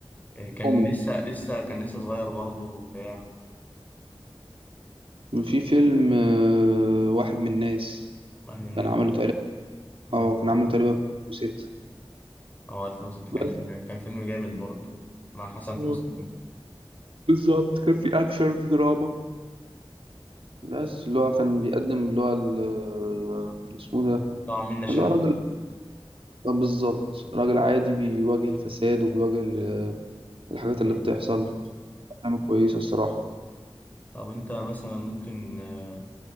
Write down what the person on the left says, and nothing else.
آه، كان
لسه لسه كان لسه صغير برضه وبتاع
وهم الناس
دي
مم.
اه 2006
كان كان فيلم جامد برضه مع حسن
حسني
طبعا منة شلبي
أيوة.
طب انت مثلا ممكن آه،